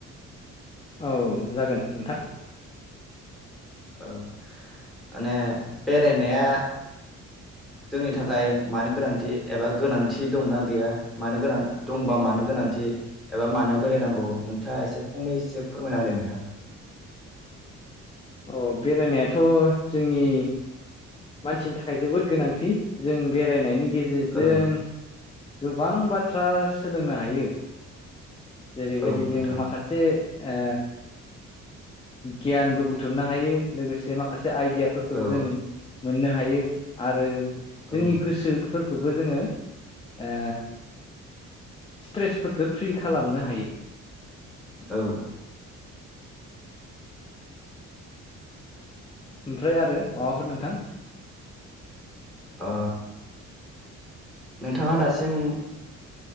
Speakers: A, on the left (about 20°); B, in the centre.
A: औ जागोन नोंथां।
B: औ माने बेरायनाया। जोंनि थाखाय मानो गोनांथि एबा गोनांथि दंना गैया मानो गोनां दंबा मानो गोनां। गोनांथि एबा मानो बेरायनांगौ नोंथाङा एसे फंनैसो फोरमायना होलाय नोंथां।
A: अ बेरायनायाथ' जोंनि। मानसिनि थाखाय जोबोद गोनांथि जों बेरायनायनि गेजेरजों।
B: औ
A: गोबां बाथ्रा सोलोंनो हायो। जेरैबायदि
B: औ नोंथां
A: जों माखासे ओ गियानबो बुथुमनो हायो लोगोसे माखासे। आइडियाफोरखौबो
B: औ
A: जों मोननो हायो आरो जोंनि
B: औ
A: गोसोफोर खौबो जोङो। ओ स्ट्रेसफोरखौ फ्रि खालामनो हायो।
B: औ
A: ओमफ्राय आरो माबाफोर नोंथां?
B: ओ नोंथाङा दासिम।